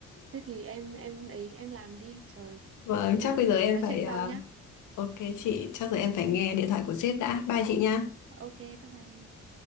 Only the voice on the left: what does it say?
Vâng,
chắc bây
giờ em
phải...
à,
Ok chị, chắc giờ em phải nghe điện thoại của sếp đã. Bye chị nha.